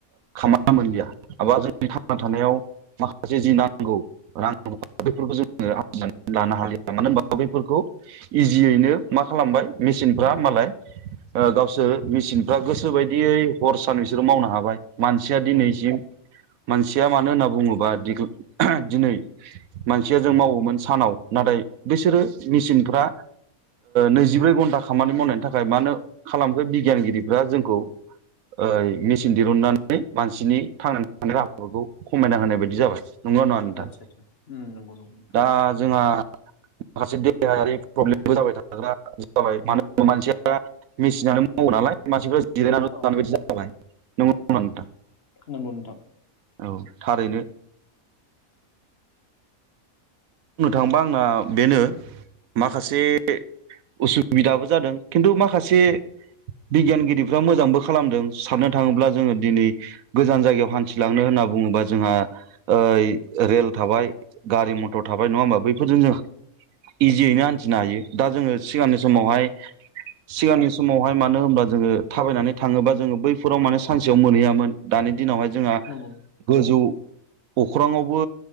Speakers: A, on the right; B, on the left.
A: खामानि मोनलिया माबा जों बे थांना थानायाव माखासे जि नांगौ रां बेफोरखौ जोङोनानै आरजिनानै लानो हालिया मानो होनबा बेफोरखौ इजियैनो मा खालामबाय मेचिनफ्रा मालाय ओ गावसोर मेसिनफ्रा गोसो बायदियै हर सान बिसोरो मावनो हाबाय मानसिया दिनैसिम
B: औ
A: मानसिया मानो होनना बुङोबा दि दिनै मानसिया जों मावोमोन सानाव नाथाय बिसोरो मेसिनफ्रा नैजिब्रै घन्टा खामानि मावनायनि थाखाय मानो खालामखो बिगियानगिरिफ्रा जोंखौ ओ मेचिन दिहुनन्नानै मानसिनि थांनानै नाय राहाफोरखौ खमायना होनाय बायदि जाबाय। नंगौ ना नङा नोंथां?
B: आदसा आदसा उम नंगौ नंगौ नोंथां
A: दा जोंहा माखासे देहायारि प्रब्लेमबो जाबाय थाग्रा जाबाय मानो होना मानसिया मेसिनानो मावो नालाय मानसिफ्रा जिरायनानै
B: औ
A: बायदि जाबाय नंगौ ना नङा नोंथां?
B: नंगौ नोंथां
A: औ थारैनो। बुंनो थाङोबा आंना बेनो माखासे उसुबिदाबो जादों खिन्थु माखासे बिगियानगिरिफ्रा मोजांबो खालामदों साननो थाङोब्ला जोङो दिनै गोजान जायगायाव हान्थिलांनो होनना बुङोबा जोंहा ओ रेल थाबाय गारि मथर थाबाय नङा होमबा? बैफोरजों जों इजियैनो हान्थिनो हायो। दा जोङो सिगांनि समावहाय
B: औ
A: सिगांनि समावहाय मानो होमब्ला जोङो थाबायनानै थाङोबा जोङो बैफोराव माने सानसेयाव मोनहैयामोन। दानि दिनावहाय जोंहा
B: नंगौ
A: गोजौ अख्राङावबो